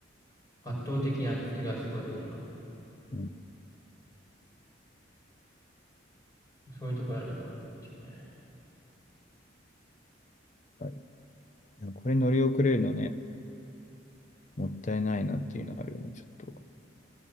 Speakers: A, on the left (about 20°); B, on the left (about 40°).
A: 圧倒的にあっちがすごいから。
B: うん
A: そういうところあるかなっていうね。
B: はい、でもこれ乗り遅れるのねもったいないなっていうのはあるよねちょっと。